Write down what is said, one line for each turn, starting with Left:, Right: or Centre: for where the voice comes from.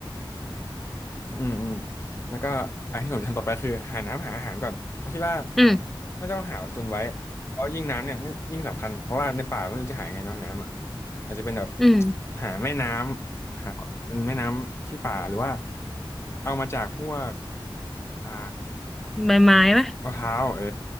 Left: อืมอืมแล้วก็อันที่ผมทำต่อไปคือหาน้ำหาอาหารก่อนเพราะคิดว่า
Centre: อืม
Left: น่าจะต้องหาตุนไว้เพราะยิ่งน้ำเนี่ยนี่ยิ่งสำคัญเพราะว่าในป่าไม่รู้จะหายังไงเนาะน้ำอ่ะอาจจะเป็นแบบ
Centre: อืม
Left: หาแม่น้ำหาเป็นแม่น้ำที่ป่าหรือว่าเอามาจากพวกอ่า
Centre: ใบไม้ไหม
Left: มะพร้าวเออ